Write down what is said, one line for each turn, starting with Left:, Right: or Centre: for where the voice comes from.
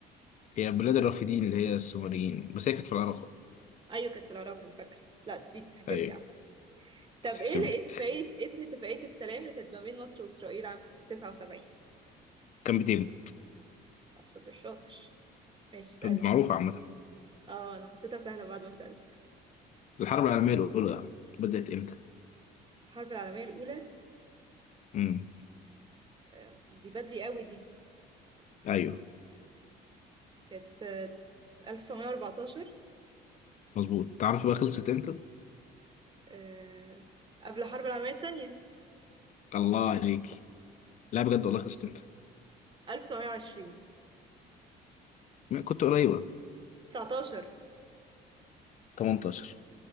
Left: هي بلاد الرافدين اللي هي السومريين بس هي كانت في العراق
Right: أيوة كانت في العراق أنا فاكرة لا دي تتحسب
Left: أيوه
Right: لي عامة طب
Left: تتحسب
Right: ايه اللي
Left: لك
Right: إيه اتفاقية اسم اتفاقية السلام اللي كانت ما بين مصر وإسرائيل عام 79
Left: كام بتيجي
Right: شاطر شاطر ماشي اسألني
Left: معروفة عامة
Right: اه انا حسيتها سهلة بعد ما سألت
Left: الحرب العالمية الأولى بدأت إمتى؟
Right: الحرب العالمية الأولى
Left: امم
Right: آه، دي بدري قوي دي
Left: أيوه
Right: كانت آه، 1914
Left: مظبوط تعرف بقى خلصت إمتى؟
Right: آه، قبل الحرب العالمية التانية
Left: الله عليك لا بجد والله خلصت إمتى؟
Right: 1920
Left: ما كنت قريبة
Right: 19
Left: 18